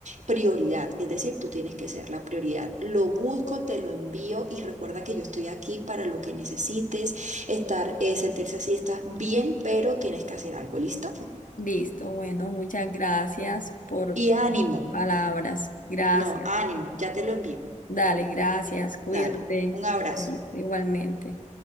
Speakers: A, on the right (about 65°); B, on the left (about 85°).
A: prioridad, es decir, tú tienes que ser la prioridad. Lo busco, te lo envío y recuerda que yo estoy aquí para lo que necesites, estar, eh, sentirse así está bien, pero tienes que hacer algo, ¿listo?
B: Listo, bueno, muchas gracias por
A: Y
B: tus
A: ánimo,
B: palabras. Gracias.
A: no, ánimo, ya te lo envío.
B: Dale, gracias, cuídate,
A: Dale, un abrazo.
B: y- igualmente.